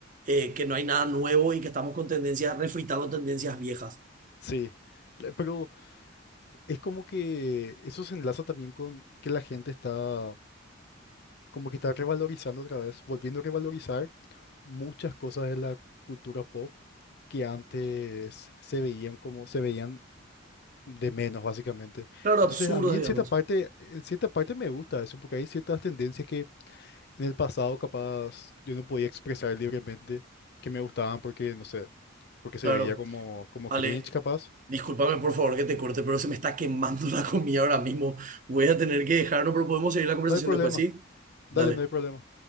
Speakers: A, on the right; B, on the left.
A: eh, que no hay nada nuevo y que estamos con tendencias, refritando tendencias viejas,
B: Sí, le- pero es como que eso se enlaza también con que la gente está como que está revalorizando otra vez, volviendo a revalorizar muchas cosas de la cultura pop que antes se veían como se veían de menos básicamente.
A: claro,
B: Entonces,
A: absurdas,
B: a mí en
A: digamos,
B: cierta parte, en cierta parte me gusta eso porque hay ciertas tendencias que en el pasado capaz yo no podía expresar libremente que me gustaban porque no sé, porque se
A: claro.
B: veía como como
A: Ale,
B: cringe capaz.
A: discúlpame por favor que te corte, pero se me está quemando <laughs> la comida ahora mismo. Voy a tener que dejarlo, pero podemos seguir la conversación
B: No hay problema.
A: después, ¿sí?
B: Dale,
A: Dale.
B: no hay problema.